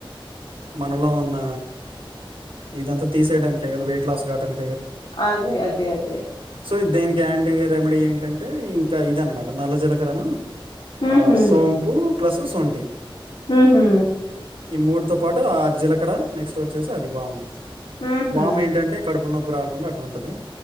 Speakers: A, on the right; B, on the left.
A: మనలో ఉన్న ఇది అంత తీసివేయడానికే కదా వెయిట్ లాస్ కాటానికి
B: అదే అదే అదే
A: స దనికి అండి <inaudible> రెమెడీ ఏంటంటే ఇంకా ఇద అనమాట నల్ల జీలకర్రను
B: ఉహు
A: ఆ సోంపూ ప్లస్ సోంట టి
B: ఉహు
A: ఈ మూడు తో పాటు ఆ జీలకర నెక్స్ట్ వచ్చేసి అది వాము
B: ఉహు
A: వాము ఏంటంటే కడుపు ప్పు రావకుండా అట్లుంటది